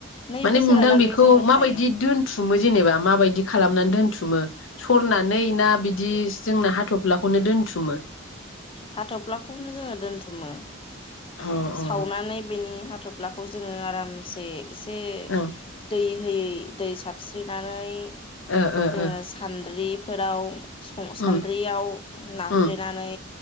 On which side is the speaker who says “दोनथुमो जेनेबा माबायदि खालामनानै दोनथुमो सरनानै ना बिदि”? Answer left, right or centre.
Left